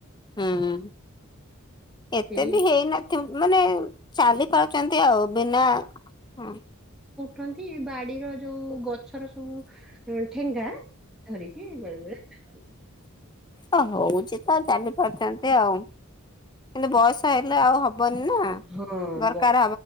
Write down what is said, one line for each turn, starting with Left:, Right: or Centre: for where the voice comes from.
Left: ହୁଁ ଏତେ
Centre: ସେ
Left: ବି ହେଇନଥିବ ମାନେ ଚାଲି ପାରୁଚନ୍ତି ଆଉ ବିନା ହୁଁ।
Centre: ଠନ୍ତି ବାଡିର ଯୋଉ ଗଛର ସବୁ ଏ ଠେଙ୍ଗା ଧରିକି ବେଳେ ବେଳେ ଚାଲନ୍ତି।
Left: ଅ ହୋଉଚି ତ ଚାଲି ପାରୁଚନ୍ତି ଆଉ କିନ୍ତୁ ବୟସ ହେଲେ ଆଉ ହବନି ହବ ନା
Centre: ହଁ
Left: ଦରକାର
Centre: ବ